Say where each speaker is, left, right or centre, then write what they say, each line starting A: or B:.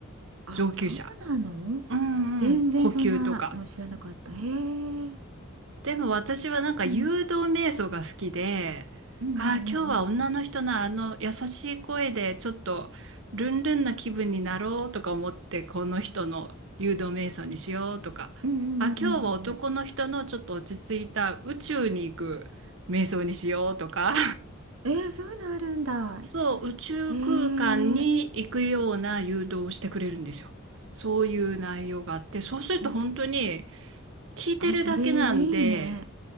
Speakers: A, on the right; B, on the right.
A: あ、
B: 上級者。
A: そうなの
B: うんうん。
A: 全然そんなの知らなかった。
B: 呼吸とか。
A: へえ。
B: でも私はなんか誘導瞑想が好きで、
A: うん、うん、うん、
B: ああ、今日は女の人のあの優しい声でちょっとルンルンな気分になろうとか思って、
A: うん、
B: この人の誘導瞑想にしようとか、
A: うん、うん、
B: あ、
A: うん、うん、
B: 今日は男の人のちょっと落ち着いた宇宙に行く瞑想にしようとか、
A: うんうんうん。えー、そういうのあるんだ。
B: <laughs> そう、宇宙空間に行くような誘導をしてくれるんですよ。
A: へえ。
B: そういう内容があって、そうすると本当に
A: え、
B: 聞いてるだけなんで、
A: あ、それいいね。